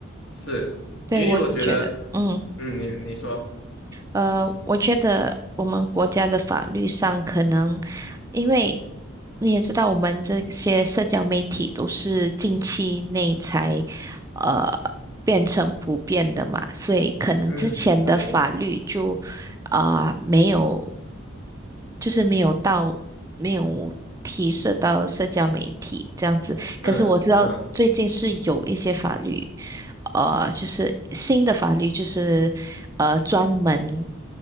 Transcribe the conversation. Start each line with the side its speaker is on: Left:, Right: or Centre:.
Left: 是因为我觉得，
Right: 对，我觉得，嗯
Left: 嗯，你你说，
Right: 呃，我觉得我们国家的法律上可能，因为你也知道，我们这些社交媒体都是近期内才呃变成普遍的嘛，所以可能之前的法律就
Left: 嗯，对，
Right: 啊、没有。就是没有到没有提涉到社交媒体这样子。
Left: 嗯嗯，
Right: 可是我知道最近是有一些法律，呃，就是新的法律，就是呃专门